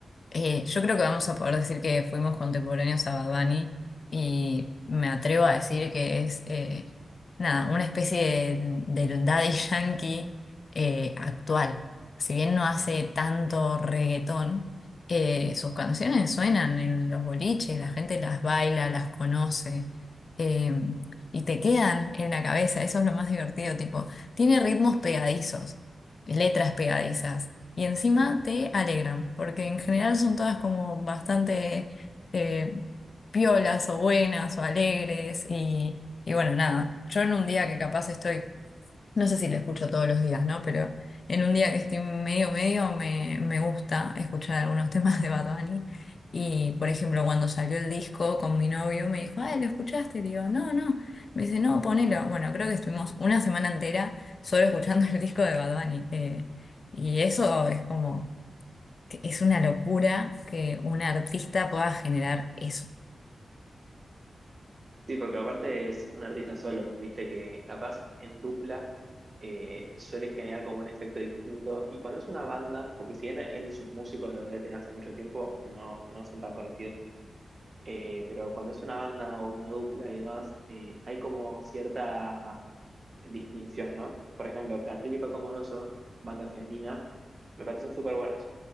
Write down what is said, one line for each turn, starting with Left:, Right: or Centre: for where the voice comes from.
Left: Eh, yo creo que vamos a poder decir que fuimos contemporáneos a Bad Bunny y me atrevo a decir que es eh, nada, una especie de, de Daddy <laughs> Yankee eh, actual. Si bien no hace tanto reggaetón, eh, sus canciones suenan en los boliches, la gente las baila, las conoce eh, y te quedan en la cabeza. Eso es lo más divertido, tipo, tiene ritmos pegadizos, letras pegadizas y encima te alegran, porque en general son todas como bastante eh, piolas o buenas o alegres y, y bueno, nada, yo en un día que capaz estoy no sé si lo escucho todos los días, ¿no? Pero en un día que estoy medio medio me, me gusta escuchar algunos <laughs> temas de Bad Bunny. Y por ejemplo, cuando salió el disco con mi novio me dijo, ay, ¿lo escuchaste? Y digo, no, no. Me dice, no, ponelo. Bueno, creo que estuvimos una semana entera solo escuchando el disco de Bad Bunny. Eh, y eso es como, que es una locura que un artista pueda generar eso.
Right: Sí, porque aparte es un artista solo, viste que capaz en dupla eh, suele generar como un efecto distinto. Y cuando es una banda, porque si bien él, sus músicos los debe tener hace mucho tiempo, no, no son tan conocidos, eh, pero cuando es una banda o una dupla y demás, eh, hay como cierta distinción, ¿no? Por ejemplo, Catriel y Paco Moroso, banda argentina, me parecen súper buenos.